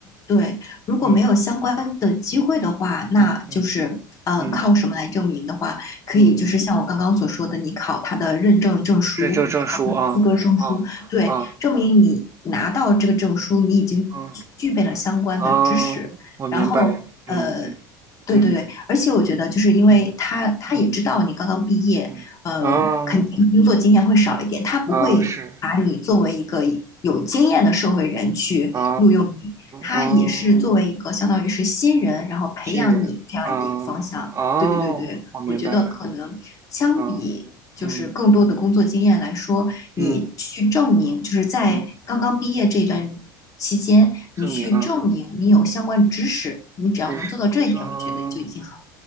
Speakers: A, on the left (about 30°); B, on the right (about 25°).
A: 对，如果没有相关的机会的话，
B: 嗯
A: 那就是，
B: 嗯嗯
A: 嗯，
B: 嗯
A: 靠什么来证明的话，可以就是像我刚刚所说的，
B: 嗯，
A: 你考他的认证证书，
B: 认证证书啊啊啊
A: 考他的资格证书，对，证明你拿到这个证书，你已经具备了相关的知识，
B: 啊。嗯啊，我明白，
A: 然后。呃。
B: 嗯嗯
A: 对对对，
B: 嗯
A: 而且我觉得，就是因为他他也知道你刚刚毕业，
B: 嗯嗯嗯，
A: 呃，
B: 啊
A: 肯定工作经验会少一点，他不会把你作为一个有经验的社会人去录用你，
B: 啊是啊
A: 他也是作为一个相当于是新人，
B: 啊，
A: 然后培养你这样的一个方向。
B: 西人啊啊，
A: 对对对，
B: 我明白了，
A: 我觉得可能相比就是更多的工作经验来说，
B: 啊嗯
A: 你去证明，
B: 嗯
A: 就是在刚刚毕业这一段期间，
B: 嗯，
A: 你去证明你有相关知识，
B: 证明啊，
A: 你只要能做到这一点，
B: 知识啊。
A: 我觉得就已经很